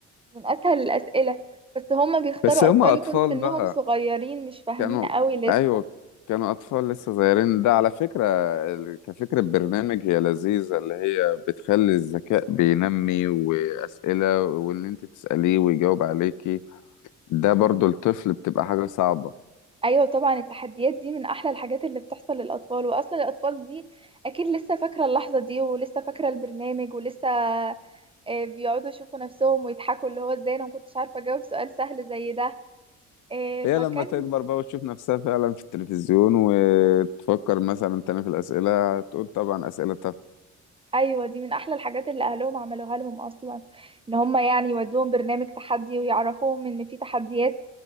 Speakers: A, on the right; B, on the left.
A: من أسهل الأسئلة بس هما بيختاروا
B: بس هم
A: أطفال
B: اطفال
A: يكون سنهم
B: بقى
A: صغيرين مش فاهمين
B: كانوا
A: قوي لسه
B: ايوه كانوا اطفال لسه صغيرين ده على فكره ال- كفكره برنامج هي لذيذه اللي هي بتخلي الذكاء بينمي واسئله واللي انت تساليه ويجاوب عليكي ده برضو الطفل بتبقى حاجه صعبه
A: أيوة طبعا التحديات دي من أحلى الحاجات اللي بتحصل للأطفال وأصلا الأطفال دي أكيد لسه فاكرة اللحظة دي ولسه فاكرة البرنامج ولسه آه، بيقعدوا يشوفوا نفسهم ويضحكوا اللي هو ازاي انا ما كنتش عارفه اجاوب سؤال سهل زي ده آه،
B: هي
A: فكان
B: لما تكبر بقى وتشوف نفسها فعلا في التلفزيون وتفكر مثلا تاني في الاسئله تقول طبعا اسئله
A: ايوه دي من احلى الحاجات اللي اهلهم عملوها لهم اصلا ان هم يعني يودوهم برنامج تحدي ويعرفوهم ان في تحديات